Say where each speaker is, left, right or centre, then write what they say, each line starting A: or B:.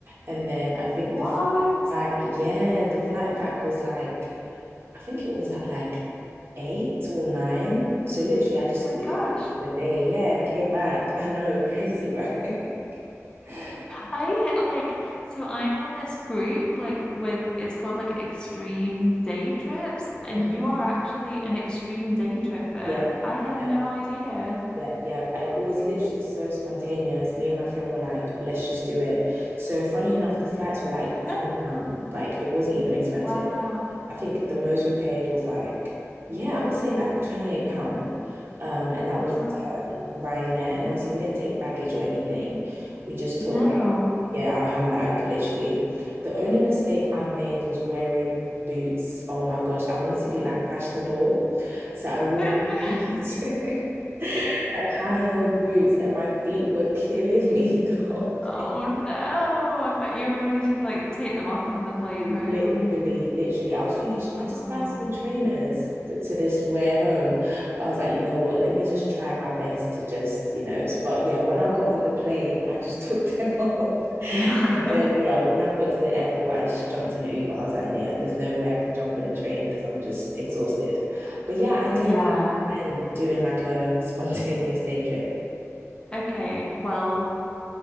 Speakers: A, on the right (about 45°); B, on the left (about 15°).
A: And then I think
B: What?
A: the flight back, yeah, the flight back was like, I think it was at like eight or nine. So literally, I just
B: Oh my
A: literally
B: gosh.
A: worked the day, yeah, and came back. <laughs> I know, crazy, right? <laughs>
B: I like so I'm on this group like with it's called like extreme day trips and
A: hmm
B: you are actually an extreme day tripper.
A: Yeah,
B: I had
A: yeah,
B: no idea.
A: yeah, yeah. I, it was literally so spontaneous. Me and my friend were like, let's just do it. So funny enough, the flights were like
B: <laughs>
A: 20 pound. Like it wasn't even expensive.
B: Wow.
A: I think the most we paid was like, yeah, I would say like 28 pound. Um, and that
B: Wow.
A: was return Ryanair. And obviously we didn't take baggage or anything. We just
B: No.
A: took like, yeah, our handbag, literally. The only mistake I made was wearing boots. Oh my gosh, I wanted to be like fashionable. So I wore
B: <laughs>
A: boots. <laughs> like high heeled boots and my feet were killing me <laughs> the whole
B: Oh
A: day.
B: no. I bet you're ready to like take them off on the plane
A: Literally,
B: home.
A: literally. I was thinking, should I
B: Oh.
A: just buy some trainers to, to this wear home? But I was like, you know what? Let me just try my best to just, you know. s- But yeah, when I got on the plane, I just took <laughs> them off. And
B: <laughs>
A: then, yeah, when I got to the airport, I just jumped in an Uber. I was like, yeah, there's no way I can jump on a train because I'm just exhausted. But yeah, I definitely
B: Yeah.
A: recommend doing like a <laughs> spontaneous day trip.
B: Okay. Well,